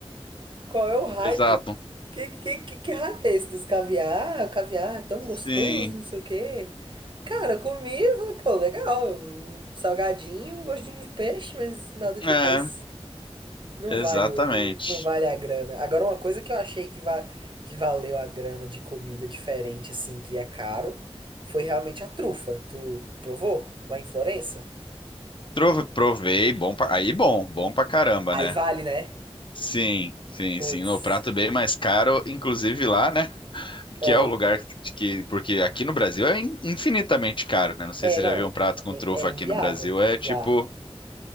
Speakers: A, on the right; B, on the left.
A: Qual é o hype?
B: Exato.
A: Que, que, que, que hype é esse dos caviar? O caviar é tão gostoso,
B: Sim.
A: não sei o quê. Cara, eu comi e falei, pô, legal, um salgadinho, um gostinho de peixe, mas nada demais.
B: É,
A: Não
B: exatamente.
A: vale o, não vale a grana. Agora, uma coisa que eu achei que, va que valeu a grana de comida diferente, assim, que é caro, foi realmente a trufa. Tu provou lá em Florença?
B: Trove- Provei, bom pra... aí bom, bom pra caramba,
A: Aí
B: né?
A: vale, né?
B: Sim, sim,
A: Putz.
B: sim. O prato bem mais caro, inclusive lá, né?
A: Ah.
B: que é o lugar de que, porque aqui no Brasil é in- infinitamente caro, né? Não sei
A: É,
B: se você
A: não.
B: já viu um prato com
A: É,
B: trufa
A: é inviável.
B: aqui no Brasil, é tipo,
A: Já.